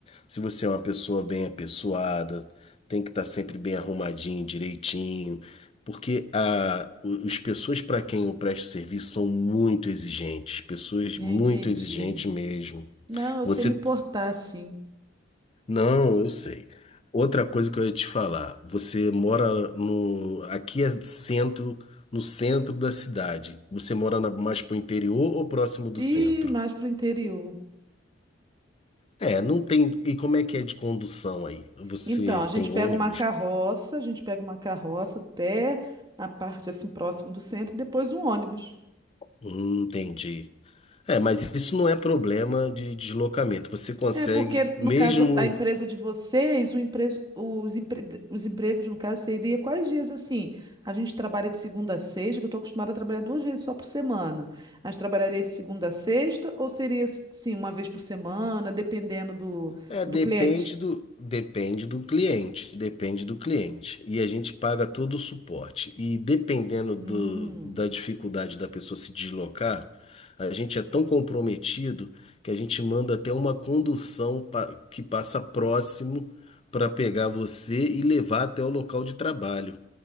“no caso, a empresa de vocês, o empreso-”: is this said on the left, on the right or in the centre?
Right